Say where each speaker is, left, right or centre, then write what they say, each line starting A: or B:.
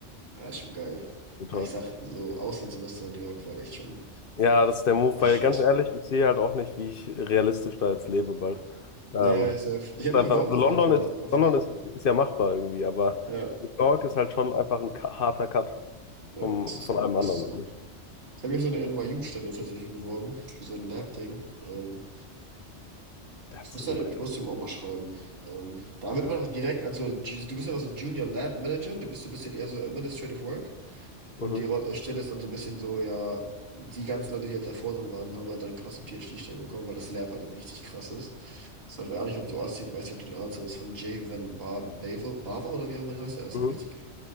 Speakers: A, on the right; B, on the left.
A: Ja, ist schon geil.
B: total.
A: Ja, Ich sag, so Auslandssemester in New York war echt schon
B: Ja, das ist der Move,
A: der
B: weil
A: Shit.
B: ganz ehrlich, ich sehe halt auch nicht, wie ich realistisch da jetzt lebe bald. Ähm,
A: Ja, yeah, safe. Ich habe
B: ist
A: mich
B: einfach,
A: beworben
B: also
A: tatsächlich
B: London
A: gerade
B: ist,
A: auf
B: London
A: eine.
B: ist, ist ja machbar irgendwie, aber
A: Ja.
B: New York ist halt schon einfach ein ka- harter Cut
A: Ja,
B: vom,
A: ist es
B: von
A: auch,
B: allem
A: ist
B: anderen.
A: es auch.
B: ne?
A: Ich habe mich auf so eine NYU-Stelle tatsächlich beworben, für so ein Lab-Ding. Ähm,
B: Ja,
A: ich
B: das
A: muss
B: ist ja
A: dann,
B: so geil.
A: ich muss dem auch mal schreiben. Ähm, da wird
B: Ja.
A: man einfach direkt, also Ju- du bist einfach so Junior Lab Manager, du bist so ein bisschen eher so Administrative Work.
B: Mhm,
A: Und die Ro- äh, Stelle ist dann so ein bisschen so, ja, die ganzen Leute, die halt davor drin waren, haben halt dann krasse PhD-Stellen bekommen, weil das Lab halt richtig krass ist. Das Ist halt, weiß nicht, ob du weißt, ich weiß nicht, ob du den Ahnung hast, aber es ist von Jay Van Bar Bavel, Bavel oder wie auch immer der heißt, er ist
B: mhm.
A: halt richtig,